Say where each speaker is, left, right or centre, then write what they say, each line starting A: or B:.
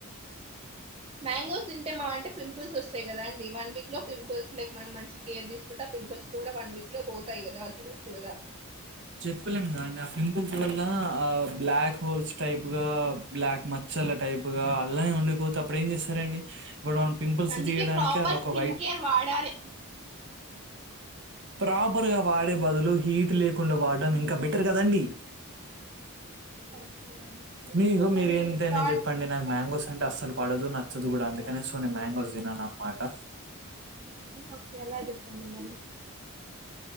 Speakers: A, on the right (about 25°); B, on the right (about 55°).
A: మ్యాంగోస్ తింటే మా అంటే పింపుల్స్ వస్తాయి కదా అండి వన్ వీక్ లో పింపుల్స్ లైక్ మనం కేర్ తీసుకుంటే ఆ పింపుల్స్ కూడా వన్ వీక్ లో పోతాయి కదా తినొచ్చు కదా
B: చెప్పలేం కదా అండి పింపుల్స్ వల్ల ఆ బ్లాక్ హోల్స్ టైప్ గా బ్లాక్ మచ్చల టైప్ గా అలానే ఉండిపోతే అప్పుడు ఏం చేస్తారండి ఇప్పుడు పింపుల్స్
A: అందుకే
B: తీయడానికి
A: ప్రాపర్
B: ఆన్ల ఒక
A: స్కిన్
B: వైట్
A: కేర్ వాడాలి
B: ప్రాపర్గా వాడే బదులు హీట్ లే కుండా వాడటం ఇంకా బెటర్ కదండి
A: ఒకే అండి
B: మీగో మీరు
A: మరి
B: ఏంత అనే
A: థాట్స్
B: చెప్పండి నాకు మ్యాంగోస్ అంటే అసలు పడదు నచ్చదు కూడా అందుకనే సో నేను మ్యాంగోస్ తినను ట
A: ఓకే ఎలా చెప్పండి మరి